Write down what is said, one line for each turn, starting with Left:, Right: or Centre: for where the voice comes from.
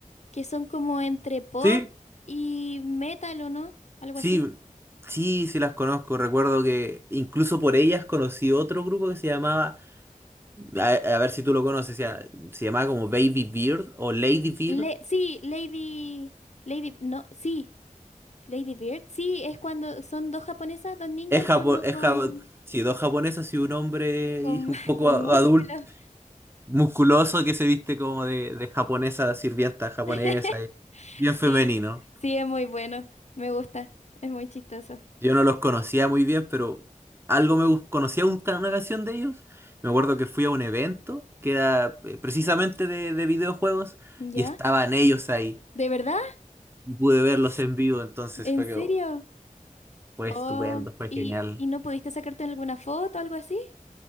Left: que son como entre pop
Right: Sí,
Left: y metal, ¿o no? Algo
Right: sí,
Left: así.
Right: sí, sí las conozco. Recuerdo que incluso por ellas conocí otro grupo que se llamaba A, a ver si tú lo conoces, ya, se llamaba como Baby Beard o Lady Beard.
Left: Le- sí, Lady, Lady, no, sí, Lady Bird. Sí, es cuando son dos japonesas, dos niñas
Right: Es japo-
Left: y uno
Right: es
Left: con,
Right: japo- sí, dos japonesas y un hombre
Left: con,
Right: y un
Left: <laughs>
Right: poco
Left: con
Right: a-
Left: músculos.
Right: adulto, musculoso, que se viste como de, de japonesa, sirvienta japonesa,
Left: <laughs>
Right: y bien femenino.
Left: Sí, sí, es muy bueno, me gusta, es muy chistoso.
Right: Yo no los conocía muy bien, pero algo me gus- conocía un- una canción de ellos. Me acuerdo que fui a un evento que era eh, precisamente de, de videojuegos
Left: ¿Ya?
Right: y estaban ellos ahí
Left: ¿De verdad?
Right: y pude verlos en vivo, entonces
Left: ¿En
Right: fue,
Left: serio?
Right: que- oh, fue
Left: Oh,
Right: estupendo, fue
Left: ¿y,
Right: genial.
Left: y no pudiste sacarte alguna foto o algo así?